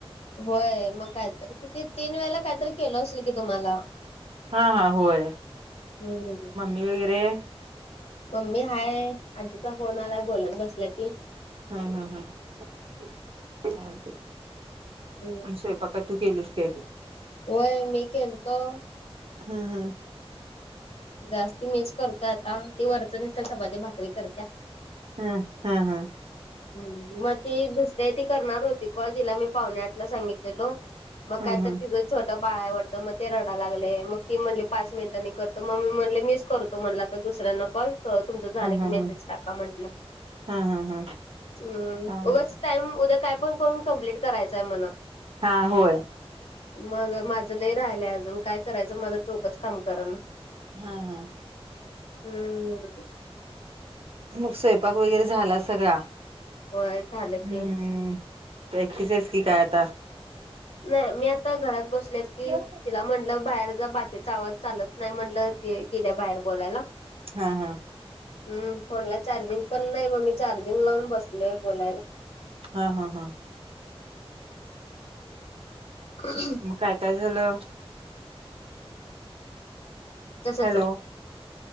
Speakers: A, on the left (about 80°); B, on the right (about 65°).
A: होय मग कायत किती तीन वेळेला काहीतरी केलं असेल कि तुम्हाला
B: हा हा होय
A: हम्म
B: मम्मी वगैरे
A: मम्मी हाय आजीचा फोन आलाय बोलत बसल्या की.
B: हा हा हा चा ते
A: हम्.
B: स्वपकाच केलीस काय?
A: होय मी केल तो.
B: हा हा.
A: जास्त मीच करतो आता ती वरच नुसत चपाती भाकरी करत्या
B: हम हा हा.
A: हम् मग ती दुसऱ्या ती करणार होती कॉल तिला मी पाहुणे आठला सांगितलेलो.
B: हम्
A: मग काय तर
B: हम्
A: तिझं छोटं बाळ आवडतं मग ते रडा लागले मग ती म्हणली पाच मिनिटांनी करत तर मम्मी म्हणले मिस करतो म्हणला तर दुसऱ्यांना कॉल तुमचं झालं
B: हम्
A: की
B: हम् हम् हम्
A: मेसेज टाका म्हटलं.
B: हम् हम् हम्
A: हम्म
B: चालेल
A: उगच टाइम उद्या काय पण करून कम्प्लीट करायचय मणा
B: हा होय.
A: मग माझं ल राहिलंय अजून काय करायचं माझं तोकच काम करा ना.
B: हा हा.
A: हम्म
B: मग स्वयंपाक वगैरे झाला सगळा
A: होय झालं की
B: हम्म एक्टिसाइज की काय आता.
A: नाही मी आता घरात बसलेत की
B: हा
A: तिला म्हटलं बाहेर जा बाकी. आवाज चालत नाही म्हटलं ते गेल्या बाहेर बोलायला.
B: हा हा.
A: हम् फोनला चार्जिंग पण नाही मग मी चार्जिंग लावून बसलोय बोलायला.
B: हा हा हा.
A: हम्.
B: मग काय काय झालं.
A: कसच.
B: हॅलो